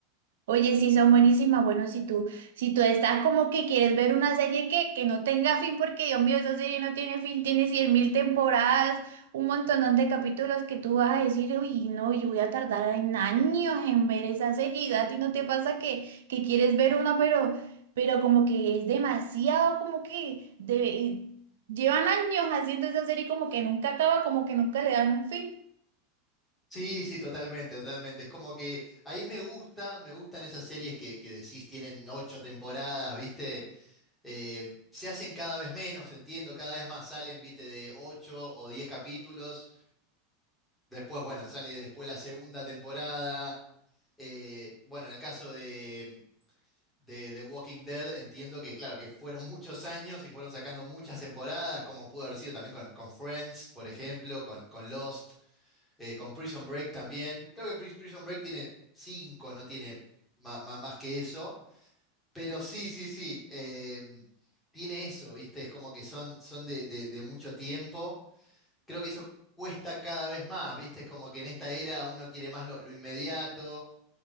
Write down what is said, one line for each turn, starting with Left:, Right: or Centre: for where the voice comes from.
Right: Oye, sí, son buenísimas. Bueno, si tú, si tú estás como que quieres ver una serie que, que no tenga fin, porque Dios mío, esa serie no tiene fin, tiene cien mil temporadas, un montón de capítulos que tú vas a decir, uy, no, yo voy a tardar en años en ver esa serie. Y a ti no te pasa que, que quieres ver una, pero, pero como que es demasiado, como que debe- llevan años haciendo esa serie como que nunca acaba, como que nunca le dan un fin.
Centre: Sí, sí, totalmente, totalmente. Es como que ahí me gusta, me gustan esas series que, que decís tienen ocho temporadas, ¿viste? Eh, se hacen cada vez menos, entiendo, cada vez más salen, ¿viste? De ocho o diez capítulos. Después, bueno, sale después la segunda temporada. Eh, bueno, en el caso de, de, de Walking Dead, entiendo que, claro, que fueron <laughs> muchos años y fueron sacando muchas temporadas, como pudo haber sido también con, con Friends, por ejemplo, con, con Lost eh, con Prison Break también. Creo que Pri- Prison Break tiene cinco, no tiene ma- ma- más que eso. Pero sí, sí, sí. eh, tiene eso, ¿viste? Es como que son, son de, de- de mucho tiempo. Creo que eso cuesta cada vez más, ¿viste? Es como que en esta era uno quiere más lo, lo inmediato.